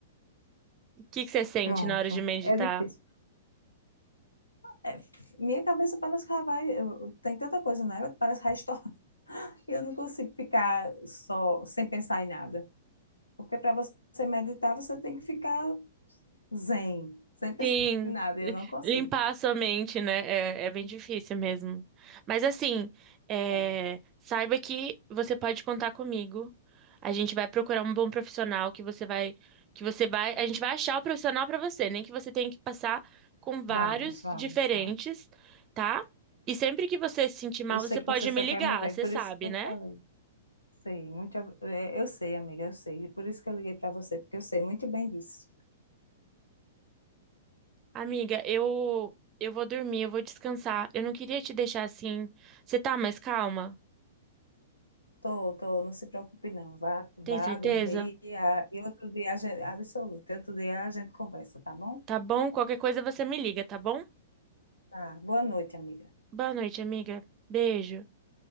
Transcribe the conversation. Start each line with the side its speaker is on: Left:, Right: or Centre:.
Right: O que que você sente
Left: Pronto,
Right: na hora de meditar?
Left: é difícil. É, minha cabeça parece que ela vai. eu- tem tanta coisa nela que parece que vai estourar. <laughs> Eu não consigo ficar só sem pensar em nada. Porque para você meditar, você tem que ficar Zen, sem pensar
Right: Sim.
Left: <laughs> em nada, eu não consigo.
Right: Limpar a sua mente, né? É, é bem difícil mesmo. Mas assim, é,
Left: É,
Right: saiba que você pode contar comigo. A gente vai procurar um bom profissional que você vai, que você vai, a gente vai achar o profissional para você, nem que você tenha que passar com vários
Left: vamos, vamos,
Right: diferentes,
Left: vamos.
Right: tá? E sempre que você se sentir mal,
Left: Eu sei
Right: você
Left: que
Right: pode
Left: você só
Right: me ligar,
Left: quer meu bem,
Right: você
Left: por
Right: sabe,
Left: isso que eu
Right: né?
Left: falei. Sei, muito, ob- é, eu sei, amiga, eu sei. Por isso que eu liguei para você, porque eu sei muito bem disso.
Right: Amiga, eu eu vou dormir, eu vou descansar. Eu não queria te deixar assim. Você tá mais calma?
Left: Tô, tô, não se preocupe não. Vá, vá
Right: Tem certeza?
Left: dormir ah, e outro dia a gente, absoluto, outro dia a gente conversa, tá bom?
Right: Tá bom? Qualquer coisa você me liga, tá bom?
Left: Tá. Boa noite, amiga.
Right: Boa noite, amiga. Beijo.